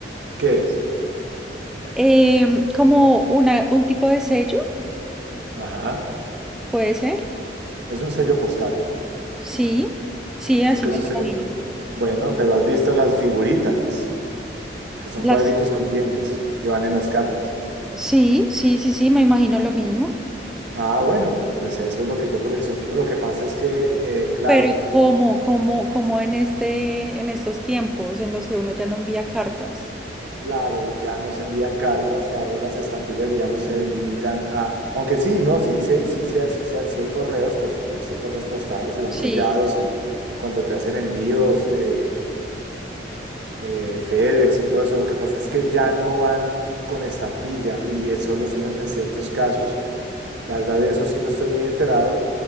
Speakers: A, on the right; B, in the centre.
A: ¿Qué es?
B: Em, como una, un tipo de sello.
A: Ajá,
B: Puede ser,
A: es un sello postal.
B: sí, sí, así
A: Lo que
B: me
A: sucede,
B: lo imagino.
A: bueno, pero has visto las figuritas, que son
B: Las...
A: cuadritos con dientes, que van en las cartas.
B: Sí, sí, sí, sí, me imagino lo mismo.
A: Ah, bueno, pues eso es lo que yo colecciono. Lo que pasa es que, eh, claro,
B: Pero ¿cómo, cómo, cómo en este, en estos tiempos en los que uno ya no envía cartas?
A: claro, ya no se envían cartas, ahora las estampillas, digamos, se limitan a, aunque sí, no, sí, sí, sí, sí, sí, sí, sí hay correos, por supuesto, hay correos postales y van
B: Sí.
A: sellados y cuando te hacen envíos de eh, FedEx y todo eso. Lo que pasa es que ya no van con estampilla y eh, solo se usan en ciertos casos. La verdad de eso sí no estoy muy enterado,